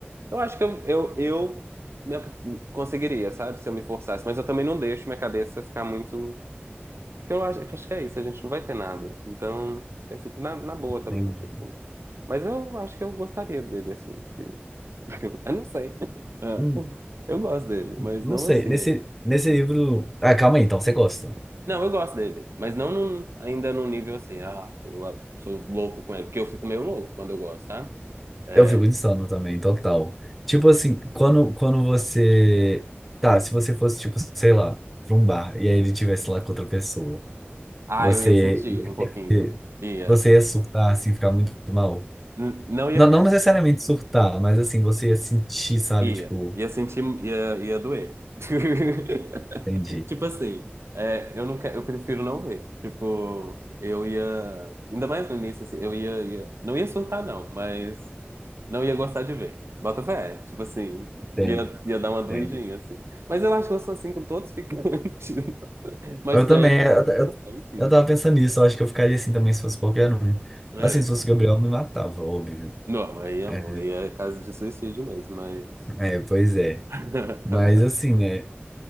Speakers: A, on the right (about 80°); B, in the centre.
A: Eu acho que eu, eu, eu me ap- conseguiria, sabe? Se eu me forçasse. Mas eu também não deixo minha cabeça ficar muito. Porque eu acho, eu acho que é isso, a gente não vai ter nada. Então, eu fico na, na boa também,
B: Entendi.
A: tipo. Mas eu acho que eu gostaria dele, assim. Eu não sei. Ah,
B: Hum,
A: eu gosto dele,
B: hum,
A: mas
B: Não
A: não
B: sei.
A: assim
B: Nesse,
A: aí.
B: nesse
A: Hum.
B: livro. Ah, calma aí, então, você gosta.
A: Não, eu gosto dele, mas não num- ainda num nível assim, ah, eu ah, sou louco com ele, porque eu fico meio louco quando eu gosto, sabe? É,
B: Eu fico de sono também, total. Tipo assim, quando, quando você. Tá, se você fosse, tipo, sei lá, pra um bar, e aí ele tivesse lá com outra pessoa,
A: ah,
B: você
A: eu ia sentir
B: ia,
A: um pouquinho. Ia.
B: você ia surtar, assim, ficar muito mal.
A: N- Não ia
B: Não, não necessariamente surtar, mas assim, você ia sentir, sabe,
A: Ia,
B: tipo,
A: ia sentir, ia, ia doer. <laughs>
B: entendi,
A: Tipo assim, é, eu não quero, eu prefiro não ver. Tipo, eu ia, ainda mais no início, assim, eu ia, ia- não ia surtar não, mas não ia gostar de ver. Bota fé, tipo assim,
B: entendo,
A: ia, ia dar uma
B: entendo.
A: doidinha, assim. Mas eu acho que eu sou assim com todos os ficantes, <laughs> mas
B: Eu
A: com
B: também,
A: ele,
B: eu, eu,
A: enfim.
B: eu tava pensando nisso, eu acho que eu ficaria assim também se fosse qualquer um.
A: É.
B: Assim, se fosse o Gabriel, eu me matava, óbvio.
A: Não, aí, amor,
B: É,
A: aí é caso de suicídio mesmo, mas...
B: é,
A: <laughs>
B: pois é. Mas assim, né?